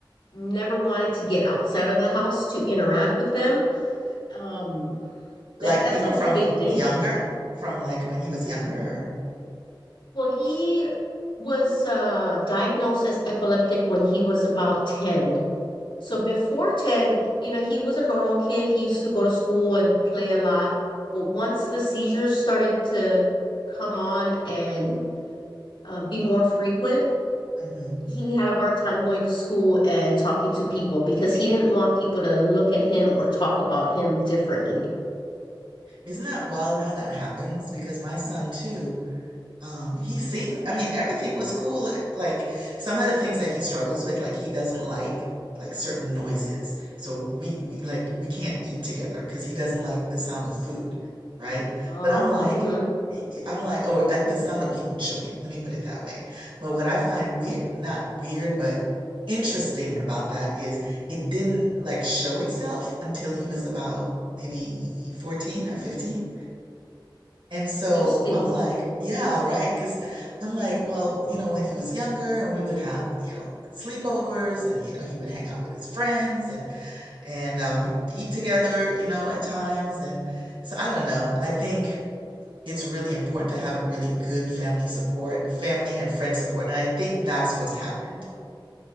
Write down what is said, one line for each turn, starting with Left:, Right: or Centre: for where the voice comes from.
Left: never wanted to get outside of the house to interact with them. Um
Right: like
Left: that that's
Right: even
Left: a whole
Right: from
Left: big thing.
Right: younger, from like when he was younger. or-
Left: Well, he was uh diagnosed as epileptic when he was about 10. So before 10, you know, he was a normal kid. He used to go to school and play a lot. But once the seizures started to come on and um, be more frequent,
Right: Mhm.
Left: he had a hard time going to school and talking to people because he didn't want people to look at him or talk about him differently.
Right: Isn't that wild how that happens? Because my son too, Um, he seemed, I mean, everything was cool. Like some of the things that he struggles with, like he doesn't like like certain noises. So we, we like we can't eat together because he doesn't like the sound of food, right?
Left: Oh,
Right: But I'm like,
Left: mhm.
Right: I'm like, or uh, the sound of people chewing. Let me put it that way. But what I find weird, not weird, but interesting about that is it didn't like show itself until he was about maybe 14 or 15 and so
Left: Interesting.
Right: I'm like, yeah, right. Because I'm like, well, you know, when he was younger and we would have, you know, sleepovers and, you know, he would hang out with his friends and, and uh, we would eat together, you know, at times. And so I don't know. I think it's really important to have a really good family support, family and friend support. And I think that's what's happened